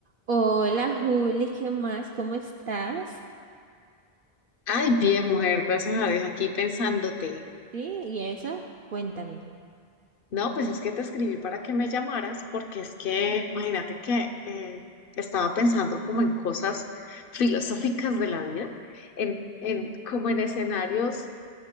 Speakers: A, on the right (about 60°); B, on the left (about 60°).
A: Hola Juli, ¿qué más? ¿Cómo estás?
B: Ay, bien, mujer, gracias a Dios, aquí pensándote.
A: ¿Sí? ¿Y eso? Cuéntame.
B: No, pues es que te escribí para que me llamaras, porque es que, imagínate que eh, estaba pensando como en cosas filosóficas de la vida, en, en, como en escenarios